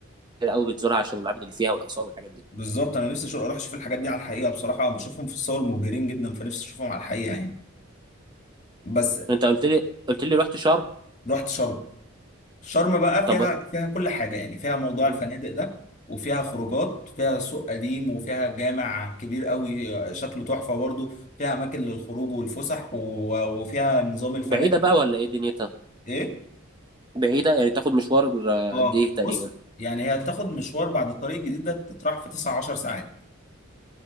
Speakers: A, on the right; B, on the left.
A: قوي بتزورها عشان المعابد اللي فيها والاثار والحاجات دي
B: بالظبط انا نفسي أشوف- اروح اشوف الحاجات دي على الحقيقه بصراحه بشوفهم في الصور مبهرين جدا فنفسي اشوفهم على الحقيقه يعني بس
A: انت قلت لي قلت لي رحت شرم
B: رحت شرم شرم بقى
A: طب
B: فيها فيها كل حاجه يعني فيها موضوع الفنادق
A: م.
B: ده وفيها خروجات فيها سوق قديم وفيها جامع كبير قوي شكله تحفه برضه فيها اماكن للخروج والفسح و... وفيها نظام الفنادق
A: بعيده بقى ولا ايه دنيتها
B: ايه
A: بعيده يعني تاخد مشوار آه،
B: اه
A: قد ايه تقريبا
B: بص يعني هي تاخد مشوار بعد الطريق الجديد ده تتراح في 9 10 ساعات